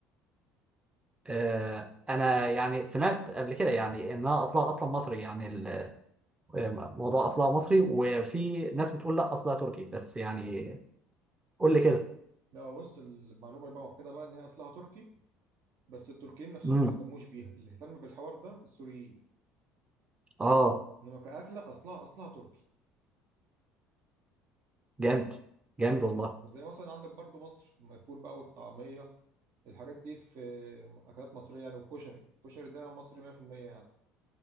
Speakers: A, on the right; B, on the right.
A: آه، انا يعني سمعت قبل كده يعني انها اصلها اصلا مصري يعني الموضوع اصلها مصري وفي ناس بتقول لا اصلها تركي بس يعني قول لي كده
B: لا بص المعلومه اللي بقى مؤكده بقى ان هي اصلها تركي بس التركيين نفسهم
A: امم
B: ما اهتموش بيها اللي اهتم بالحوار ده السوريين
A: اه
B: انما كاكله اصلها اصلها تركي
A: جامد جامد والله
B: زي مثلا عندك برضو مصر الفول بقى والطعميه الحاجات دي في اكلات مصريه يعني والكشري الكشري ده مصري 100% يعني